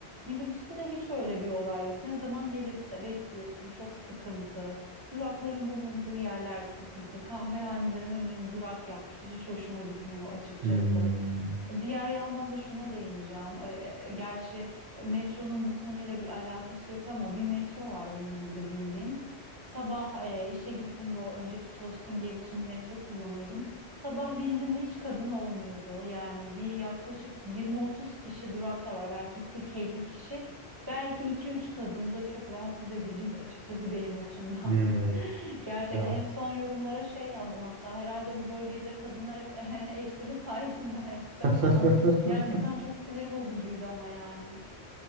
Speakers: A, on the right; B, on the right.
A: Minibüste de hiç öyle bir olay yok. Ne zaman gelirse bekliyorsun. Çok sıkıntı. Durakların bulunduğu yerler sıkıntı. Kahvehanelerin önünü durak yapmışlar. Hiç hoşuma gitmiyor açıkçası.
B: Hmm.
A: Diğer yandan da şuna değineceğim. E, e, Gerçi metronun bu konuyla bir alakası yok ama bir metro var benim burada bindiğim. Sabah e, işe gittiğimde o önceki çalıştığım yer için metro kullanıyordum. Sabah bindiğimde hiç kadın olmuyordu. Yani bir yaklaşık 20-30 kişi durakta var. Belki 40-50 kişi. Belki iki üç kadın Bu da çok rahatsız ediciydi açıkçası benim açımdan.
B: Hmm.
A: <laughs> Gerçekten
B: Ya.
A: en son yorumlara şey yazdım hatta herhalde bu bölgede kadınlar hep <laughs> eşleri sayesinde hayatta
B: <laughs>
A: falan. Gerçekten çok sinir bozucuydu ama yani.